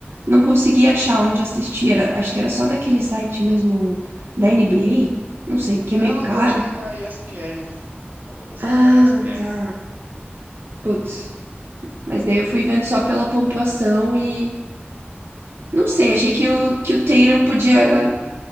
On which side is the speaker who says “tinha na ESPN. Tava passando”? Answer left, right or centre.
Right